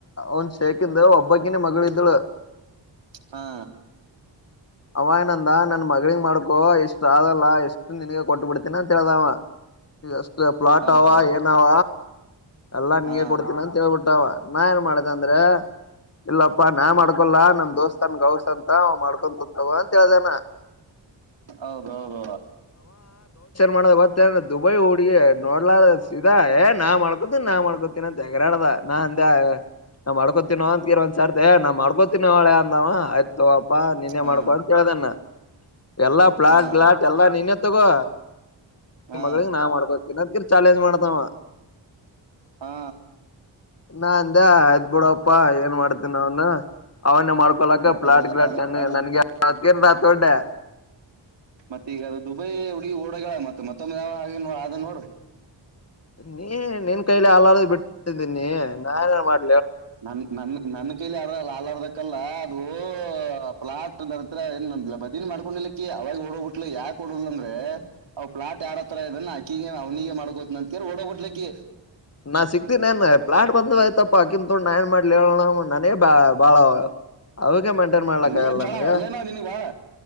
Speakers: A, on the left; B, on the right.
A: ಒಂದ್ ಶೇಖ ಇಂದು ಒಬ್ಬಕಿನ ಮಗಳ. <unintelligible>
B: ಹಾ
A: ಅವ ಏನಂದ ನನ್ನ ಮಗ ಮಾಡ್ಕೊ ಇಷ್ಟು ಆದಲ್ಲ ಎಷ್ಟು ನಿನಗ ಕೊಟ್ಬಿಡ್ತೀನ ಅಂತ ಹೇಳ್ದಾವ. ಷ್ಟ ಪ್ಲಾಟ್
B: ಅಬಬ
A: ಅವ ಏನಾವ ಎಲ್ಲಾ ನಿಂಗೆ
B: ಹಾ
A: ಕೊಡ್ತೀನಿ ಅಂತ ಹೇಳ್ಬಿಟ್ಟಾವ ನಾ ಏನ್ ಮಾಡ್ದ ಅಂದ್ರೆ ಇಲ್ಲಪ್ಪಾ ನಾ ಮಾಡ್ಕೊಲ್ಲಾ ನಮ ದೋಸ್ತ್ ಅನ್ ಗೌಸ್ ಅಂತ ಅವ ಮಾಡ್ಕೊಂತ ತಗ ಅಂತ ಹೇಳ್ದೇನ ಹ <inaudible>
B: ಹೌದ ಹೌದದ.
A: ಮಾಡ ಬತ್ತಏ ದುಬೈ ಹುಡಗ ನೋಡ್ಲಾರ ಸಾ ಏ ನಾ ಮಾಡ್ಕೊತ ನಾ ಮಾಡ್ಕೊತ. ನಂತಗಾರಾಡದ ನಾ ಅಂದ ನಾ್ ಮಾಡ್ಕೋತೀನವ ಅಂತತ್ರ ಒಂದ್ರ್ತೆ ನಾ್ ಮಾಡ್ಕೋತೀನವ ಅವಾಳೆ ಅಂದವ ಆಯ್ತ ಪ್ಪಾ ನಿನ್ನೆ
B: ಹಾ
A: ಮಾಡ್ಬಾ ಅಂತ ಕೇಳ್ದಣ್ಣ ಎಲ್ಲಾ ಪ್ಲಾಟ್
B: ಹಾ
A: ಬ್ಲಾಟ್ ಎಲ್ಲಾ ನಿನ್ನೆ ತಗೋ
B: ಹಾ
A: ಮಗಳಗ್ ನಾ ಮಾಡ್ಬೇಕ ತಿನದ <inaudible> ಚಾಲಜ ಮಾಡದಾವ
B: ಹಾ
A: ನಾ ಅಂದೆ ಅದ ಬಿಡಪ್ಪಾ ಏನ್ ಮಾಡ್ತನ್ ಅವನು ಅವನ. ಮಾಡ್ಕೊಳಕ
B: ಮತ್ತ
A: ಪ್ಲಾಟ್
B: ಅದು
A: ಗ್ಲಾಟ್
B: ಅದು
A: ನ ನನ್ಗೆರ್.
B: ಅದು
A: ಡ್ಡೆ
B: ಮತ್ತ ಈಗ ಅದು ದುಬೈ ಹುಡಗಿ ಓಡಗಳ ಮತ್ತೆ ಮತ್ತೊಂದ ಯಾವ ಹಾಗೆ ನೋ ಅದ ನೋಡು.
A: ನೀ ನಿನ್ ಕೈಲಿ ಹಲಾರ್ ಬಿಟ್ಟಿದ್ದೀನಿ ನಾನನ್ನ್ ಮಾಡ
B: ನನ್ ನನ್ ನನ್ನ ಕೈಲಿ ಆ ಹಡದಕ್ಕಲ್ಲ ಅದು ಪ್ಲಾಟ್ರತ್ರ ಬದನ್ ಮಾಡ್ಕೊಂಡ ಅವಾಗ ಹೊಡೋಗಬಿಟ್ ಯಕಕ್ ಹೊಡದ್ ಅಂದ್ರೆ ಅವ್ ಪ್ಲಾಟ್ ಯಾರ ತರ ಇದದ ಆಕಗ ಅವ್ನಿಗೆ ಮಾಡ್ಕೋ. ಕೆ ಓಡಬಟ್ಲಕ್ಕೆ
A: ನಾನ್ ಸಿಕ್ತೀನ ಏನ್ ಪ್ಲಾಟ್ ಬಂದ್ಯತಪ್ಪಾ ಕಿಂತೊಂಡ ನಾ ಏನ್ ಮಾಡ್ಲಿ ಹೇಳೋಣ ನಾನೇ ಬಾ ಬಾಳ. ಅವಿಗೆ ಮೆಂಟೈನ್ ಮಾಡ್ಲಕ್ಕ
B: ನಿನಗೆ
A: ಆಗಲ್ಲ
B: ಬಾಳ
A: ನನ್ಗ
B: ಏನೋ ನಿನಗೆ ಬಾಳ